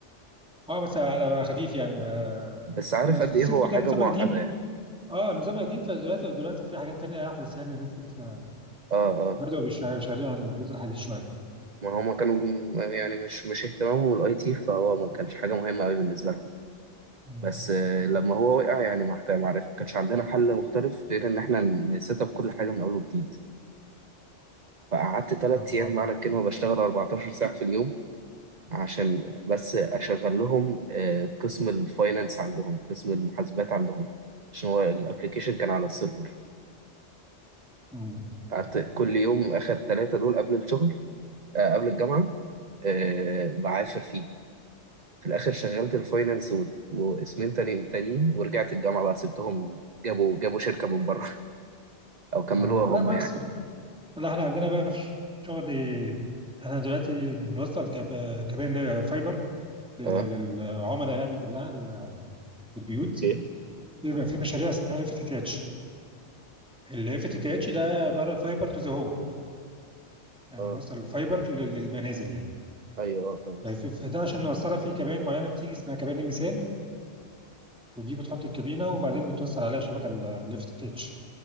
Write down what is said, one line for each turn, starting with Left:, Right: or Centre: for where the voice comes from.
Centre: اه بس على خفيف يعني ما
Right: بس عارف
Centre: انا سبت
Right: قد ايه هو
Centre: كنت
Right: حاجة
Centre: نظام
Right: معقدة
Centre: قديم
Right: يعني
Centre: اه نظام قديم فدلوقتي دلوقتي في حاجات تانية أحدث يعني نزلت
Right: اه اه
Centre: فبدأوا بيشتغلوا- شغالين على الجزء الحديث شوية
Right: ما هما كانوا يعني مش مش اهتمامهم الاي تي فهو ما كانش حاجة مهمة قوي بالنسبة لهم
Centre: مم.
Right: بس آه، لما هو وقع يعني ما احت- ما عرف ما كانش عندنا حل مختلف غير ان احنا نسيت اب كل حاجة من اول وجديد فقعدت تلات
Centre: اه
Right: أيام معنى الكلمة بشتغل 14 ساعة في اليوم عشان بس أشغل لهم آه، قسم الفاينانس عندهم قسم المحاسبات عندهم عشان هو الأبليكيشن كان على السيرفر
Centre: مم.
Right: قعدت كل يوم آخر ثلاثة دول قبل الشغل آه، قبل الجامعة آه، بعافر فيه في الآخر شغلت الفاينانس و- واسمين تاني تانيين ورجعت الجامعة بقى سبتهم جابوا جابوا شركة من بره <laughs> أو كملوها
Centre: اه لا
Right: هم
Centre: كويس
Right: يعني
Centre: والله لا احنا عندنا بقى في شغل احنا دلوقتي بنوصل كب- كباين فايبر لل-
Right: اه
Centre: للعملاء يعني كلها ال- في البيوت
Right: اوكي
Centre: بيبقى في مشاريع اسمها اف تي تي اتش الاف تي تي اتش ده عبارة فايبر تو ذا هوم يعني
Right: اه
Centre: بنوصل الفايبر لل- للمنازل يعني
Right: ايوه اه فاهم
Centre: ف-
Right: قصدك.
Centre: فده عشان نوصلها في كباين معينة بتيجي اسمها كباين الميزان دي بتحط الكابينة وبعدين بتوصل عليها شبكة الليفت تيتش